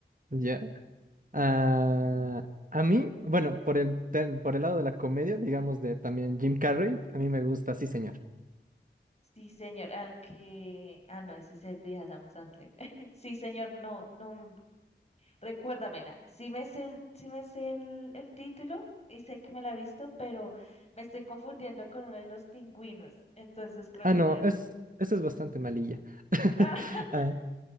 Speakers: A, on the right; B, on the left.
A: ya. Ah, a mí, bueno, por el, tel- por el lado de la comedia, digamos de también Jim Carrey, a mí me gusta, sí, señor.
B: Sí, señor, al que... Ah, no, ese es el de Adam Sandler. <laughs> Sí, señor, no, no, Recuérdamela. Sí me sé el, sí me sé el, el título y sé que me la he visto, pero me estoy confundiendo con uno de los pingüinos. Entonces creo
A: Ah,
B: que
A: no,
B: no es.
A: es, eso es bastante malilla. <laughs>
B: <laughs>
A: Ah,